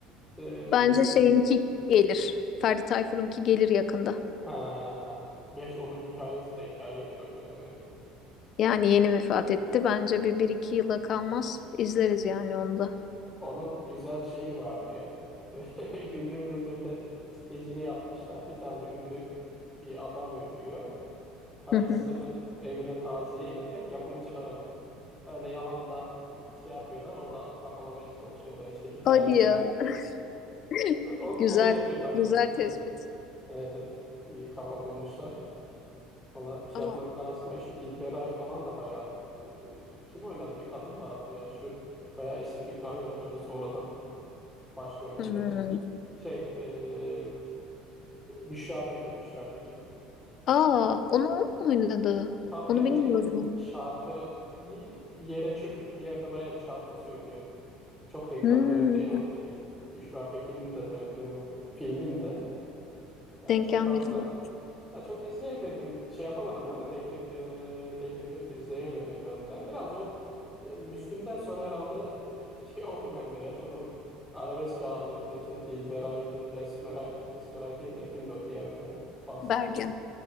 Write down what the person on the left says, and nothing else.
Bence şeyinki gelir. Ferdi Tayfur'unki gelir yakında.
Yani yeni vefat etti. Bence bir, bir iki yıla kalmaz. İzleriz yani onu da.
Hı hı.
Hadi ya. <laughs>
Güzel.
Güzel
tespit.
Ama
Hmm.
Aa, onu o mu oynadı?
Onu
bilmiyordum.
Hmm.
Denk
gelmedim
ben.
Bergen.